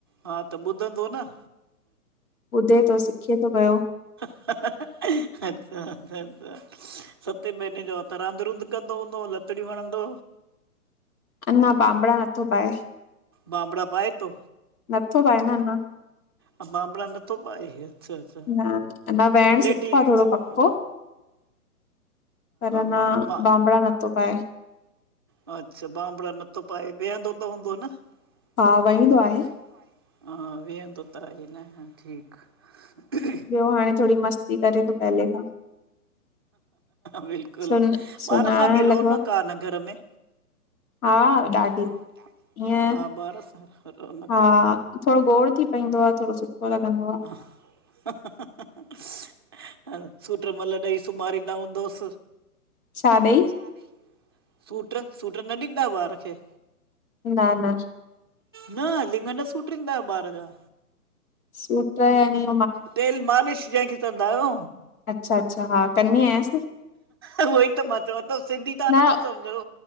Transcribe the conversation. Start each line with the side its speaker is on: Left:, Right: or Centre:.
Right: हा त ॿुधंदो न।
Left: ॿुधे थो सिखे थो पियो।
Right: ह ह ह अच्छा अच्छा सते महीने जो आ त रांध रूंध कंदो हूंदो लतड़ियूं हणंदो।
Left: अञा ॿांभणा नथो पाए।
Right: ॿांभणा पाए थो?
Left: नथो पाए न अञा
Right: ॿांभणा नथो पाए। अच्छा अच्छा
Left: न अञा वेयण
Right: लेडी
Left: सिखो आ, थोणो पक्को।
Right: हा
Left: पर अन,
Right: मां मां
Left: बांभड़ा नथो पाए।
Right: अच्छा, ॿांभणा नथो पाए, वेयंदो त हूंदो? हा,
Left: भाउ वईंदो आहे
Right: वंईंदो आए। हा, वेयंदो तो त आए न, हा ठीक।
Left: ॿ्यो हाणे थोड़ी मस्ती करे तो, पहले खां।
Right: बिल्कुल,
Left: सुन सुञाणण
Right: ॿार सां बि रौनक
Left: लॻो
Right: आ न घर में।
Left: हा ॾाढी
Right: हा ॾाडी।
Left: ईअं
Right: हा, ॿार सां त रौनक़
Left: हा, थोड़ो गोड़ थी पईंदो आ, थोड़ो सुठो लॻंदो आ।
Right: <unintelligible> सुमारींदा हूंदोस?
Left: छा ॾई?
Right: छा ॾई? सूट्र। सूट्र न ॾींदायो ॿार खे?
Left: न न
Right: न, लिंॻ न सूट्रींदायो ॿार जा?
Left: सूट्र यानि?
Right: तेल मालिश, जेंखे चोंदायो।
Left: अच्छा अच्छा, हा कंदी आयांस न।
Right: उहो ई त मां चंवां तो, सिंधी तां
Left: न
Right: नथो सम्झो?